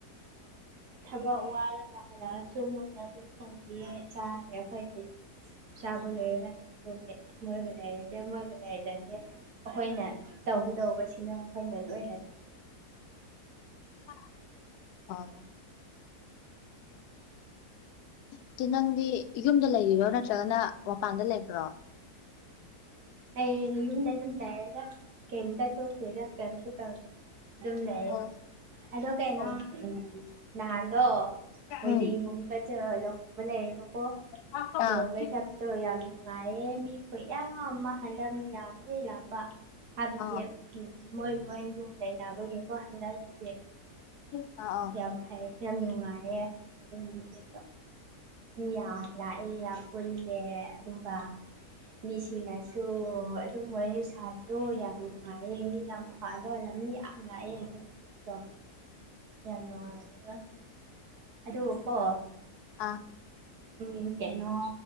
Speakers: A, on the right; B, on the left.
A: ꯊꯕꯛ ꯋꯥꯔꯕ ꯍꯥꯜꯂꯛ ꯑꯁꯨ ꯃꯣꯏꯅ ꯑꯗꯨꯝ ꯊꯣꯡꯕꯤꯌꯦ ꯆꯥꯔꯦ ꯑꯩꯈꯣꯏꯗꯤ ꯆꯥꯕ ꯂꯣꯏꯔꯒ ꯑꯗꯨꯝ ꯇꯨꯝꯃꯦ ꯃꯣꯏꯒ ꯂꯩꯔꯦ ꯏꯌꯥꯝꯕꯒ ꯂꯩꯔꯗꯤ ꯑ ꯩꯈꯣꯏꯅ ꯇꯧꯒꯗꯧꯕꯁꯤꯅ ꯑꯩꯈꯣꯏꯅ ꯂꯣꯏꯅ ꯇꯧꯔꯦ
B: ꯍꯥ ꯑꯥ ꯑꯗꯨ ꯅꯪꯗꯤ ꯌꯨꯝꯗ ꯂꯩꯔꯤꯔꯣ ꯅꯠꯇ꯭ꯔꯒꯅ ꯃꯄꯥꯟꯗ ꯂꯩꯕ꯭ꯔꯣ
A: ꯑꯩ ꯌꯨꯝ ꯌꯨꯝꯗ ꯑꯗꯨꯝ ꯂꯩꯔꯒꯦ ꯀꯦꯝꯁꯨ ꯊꯣꯛꯇꯦꯗ ꯀꯦꯝꯁꯨ ꯇꯧꯗꯦ ꯗꯨꯝ ꯂꯩꯌꯦ
B: ꯑꯣ
A: ꯑꯗꯣ ꯀꯩꯅꯣ
B: ꯑꯣ
A: ꯎ ꯅꯍꯥꯟꯗꯣ ꯀꯣꯏꯔꯦꯡꯒꯨꯝꯕꯗꯣ
B: ꯎꯝ
A: ꯑꯃ ꯂꯩꯔꯦꯕꯀꯣ
B: ꯑꯥ ꯑꯥ
A: ꯂꯨꯍꯣꯡꯕꯩ ꯆꯥꯛꯇꯣ ꯌꯥꯝ ꯅꯨꯡꯉꯥꯏꯔꯦ ꯃꯤ ꯈꯨꯌꯥꯝ ꯑꯃ ꯍꯟꯗꯛ ꯃꯤ ꯌꯥꯝꯃꯤ ꯂꯥꯛꯄ ꯍꯥꯏꯕꯗꯤ
B: ꯑꯥ
A: ꯎꯝ ꯃꯣꯏ ꯃꯣꯏ ꯔꯨꯝ ꯂꯩꯅꯕꯒꯤꯀꯣ ꯍꯟꯅꯈꯤꯗꯦ
B: ꯑꯧ ꯑꯧ
A: ꯌꯥꯝ ꯐꯩ ꯌꯥꯝ ꯅꯨꯡꯉꯥꯏꯌꯦ ꯑꯗꯨꯒꯤꯗꯤ ꯃꯤ ꯌꯥꯝ ꯂꯥꯛꯑꯦ ꯌꯥꯝ ꯄꯨꯜꯂꯦ ꯑꯗꯨꯒ ꯃꯤꯁꯤꯡꯅꯁꯨ ꯑꯗꯨꯝ ꯋꯥꯔꯤ ꯁꯥꯕꯗꯣ ꯌꯥꯝ ꯅꯨꯡꯉꯥꯏꯌꯦ ꯃꯤ ꯌꯥꯝ ꯀꯥꯗ ꯑꯣꯏꯅ ꯃꯤ ꯌꯥꯝ ꯂꯥꯛꯑꯦ ꯑꯩꯈꯣꯏꯒꯤꯗꯣ ꯌꯥꯝ ꯅꯨꯉꯥꯏꯌꯦꯕ ꯑꯗꯨ ꯀꯣ
B: ꯑꯥ
A: ꯎꯝ ꯀꯩꯅꯣ